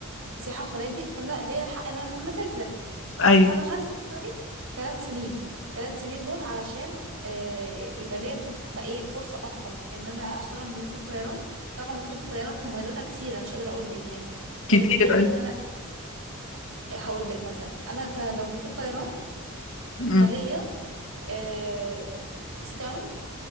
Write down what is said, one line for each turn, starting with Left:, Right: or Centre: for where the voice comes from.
Right: سياحة وفنادق فأنا ليا الحق إن أنا ممكن أسافر
Left: ايوه
Right: فدخلت ثانوي ثلاث سنين الثلاث سنين دول علشان آه، يبقى ليا ما ايه فرصة أقوى إن أنا أشتغل مضيفة طيران طبعا مضيفة الطيران مميزاتها كثيرة مش قادرة أقول لك يعني
Left: كتير
Right: ده من ضمن الحاجات
Left: ايوه
Right: اللي أنا هقول لك مثلا أنا ك- لو مضيفة طيران
Left: مم.
Right: أنا ليا آه، ديسكاونت